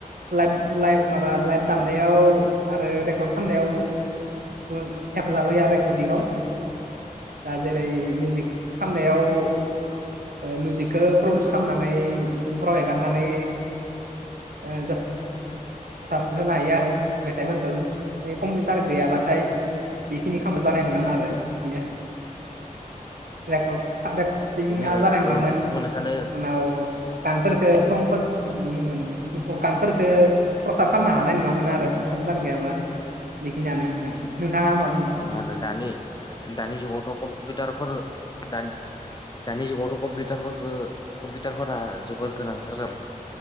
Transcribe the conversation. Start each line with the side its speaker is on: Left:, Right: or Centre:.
Right: लाइ लाइ माबा लाइट दामनायाव
Left: औ
Right: आरो
Left: नोंथां
Right: रेकर्ड खालामनायाव हेफाजाब होयो रेकर्डिंआव दा जेरै
Left: औ
Right: मिउजिक खामनायाव ओ मिउजिकखौ प्रडिउस खालामनानै इउटुबफोराव एगारनानै
Left: औ
Right: ओ गो फोसाब होनो हायो आरो मेथाइफोरखौ कम्पिउटार गैयाबाथाय बेखिनि खालामना जानाय नङोन आरो बेनो रेकर रेकर्दिंङा
Left: बेनो आरो
Right: जानाय
Left: आंबो
Right: नङामोन
Left: बेखौ बुंनो सानो
Right: उनाव कान फोरखो समफोर <inaudible> कानफोरखो प्रसाद खालामनो हानाय नुङामोन आरो कमपिउटार गैयाबा बेखिनियानो नोंथां नोंथाङा मा बुंङो
Left: बे आरो दानि दानि जुगावथ' कम्पिउटारफोर दानि दानि जुगावथ' कम्पिउटारखो कम्पिउटारफोरा जोबोर गोनांथार जाबाय